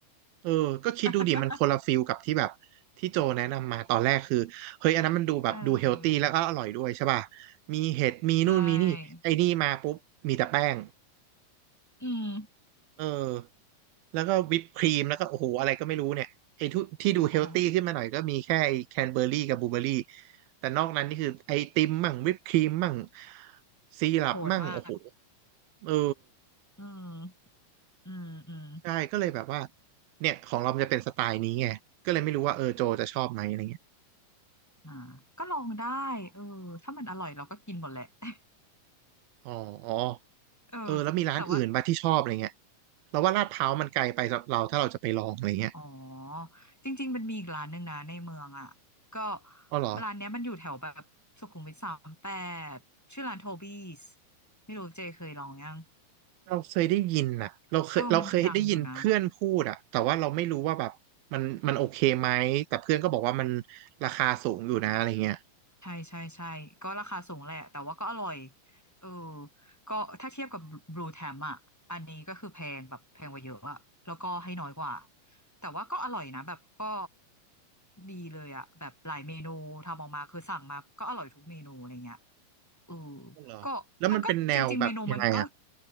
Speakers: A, on the right (about 85°); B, in the centre.
A: เออก็คิดดูดิมันคนละฟิลกับที่แบบที่โจแนะนำมาตอนแรกคือเฮ้ยอันนั้นมันดูแบบดูเฮลตี้แล้วก็อร่อยด้วยใช่ป่ะ
B: <laughs> เออ
A: มีเห็ดมีนู่นมีนี่ไอ้นี่มาปุ๊บมีแต่แป้ง
B: ใช่ อืม
A: เออแล้วก็วิปครีมแล้วก็โอ้โหอะไรก็ไม่รู้เนี่ยไอ้ทุที่ดูเฮลตี้ขึ้นมาหน่อยก็มีแค่ไอ้แคนเบอร์รี่กับบลูเบอร์รี่
B: โอ้โห
A: แต่นอกนั้นนี่คือไอติมมั่งวิปครีมมั่งซีรัปมั่งโอ้โห
B: โหดมาก
A: เออ
B: อืมอืมอืม
A: ใช่ก็เลยแบบว่าเนี่ยของเรามันจะเป็นสไตล์นี้ไงก็เลยไม่รู้ว่าเออโจจะชอบไหมอะไรเงี้ย
B: อ่าก็ลองได้เออถ้ามันอร่อยเราก็กินหมดแหละ <laughs>
A: อ๋อ
B: เออ
A: เออแล้วมีร้านอื่นบ้างที่ชอบอะไรเงี้ย
B: แต่ว่า
A: เราว่าลาดพร้าวมันไกลไปสำหรับเราถ้าเราจะไปลองอะไรเงี้ย
B: อ๋อจริงๆมันมีอีกร้านหนึ่งนะในเมืองอ่ะก็
A: อ๋อเหรอ
B: ร้านเนี้ยมันอยู่แถวแบบสุขุมวิทสามแปดชื่อร้านโทบี้สไม่รู้เจเคยลองยัง
A: เราเคยได้ยินน่ะเราเคยเราเคยได้ยินเพื่อนพูดอะแต่ว่าเราไม่รู้ว่าแบบมันมันโอเคไหม
B: เออมันดังอยู่นะ
A: แต่เพื่อนก็บอกว่ามันราคาสูงอยู่นะอะไรเงี้ย
B: ใช่ใช่ใช่ก็ราคาสูงแหละแต่ว่าก็อร่อยเออก็ถ้าเทียบกับบลูแทมอ่ะอันนี้ก็คือแพงแบบแพงกว่าเยอะอะแล้วก็ให้น้อยกว่าแต่ว่าก็อร่อยนะแบบก็ดีเลยอ่ะแบบหลายเมนูทำออกมาคือสั่งมาก็อร่อยทุกเมนูอะไรเงี้ย อืม
A: อ๋อเหรอแล้วมันเป็นแนวแบบยังไงอะ
B: ก็มันก็จริงๆเมนูมันก็